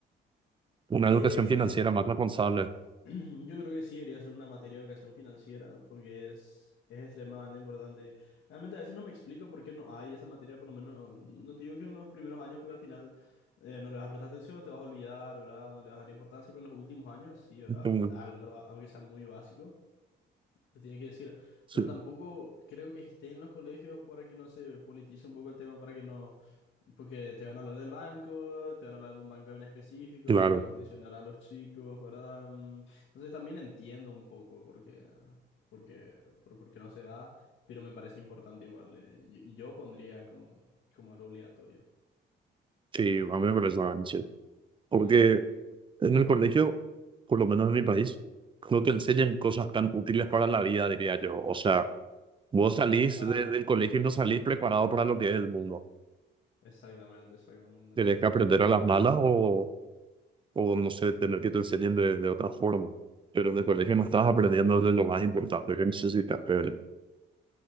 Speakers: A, on the right; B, on the left.
A: una educación
B: Eh,
A: financiera
B: yo
A: más responsable.
B: <clears throat> Yo creo que sí debería ser una materia de educación financiera porque es, es extremadamente importante. Realmente a veces no me explico por qué no hay esa materia, por lo menos no te digo que en los primeros años porque al final eh, no le vas a prestar atención, te vas a olvidar, ¿verdad? No le vas a dar importancia, pero en los últimos años sí, ¿verdad?
A: Mm,
B: Algo, aunque sea muy básico. Te tienen que decir.
A: Sí,
B: Pero tampoco creo que esté en los colegios para que no se politice un poco el tema, para que no. Porque te van a hablar del banco, te van a hablar de un banco en específico,
A: claro,
B: se va a condicionar a los chicos, ¿verdad? Mm, Entonces también entiendo un poco por qué, por qué- por, por qué no se da, pero me parece importante igual. eh, Y y yo, pondría como, como algo obligatorio.
A: sí, a mí me parece una ganancia. Porque
B: Ujú,
A: en el colegio, por lo menos en mi país, no te enseñan cosas tan útiles para la vida, diría yo. O sea, vos salís
B: Claro,
A: de- del colegio y no salís preparado para lo que es el mundo.
B: exactamente, exactamente,
A: Tienes
B: ¿no?
A: que aprender a las malas o, o no sé, tener que te enseñen de, de otra forma. Pero en el colegio no estás aprendiendo de lo más importante que necesitas. pero-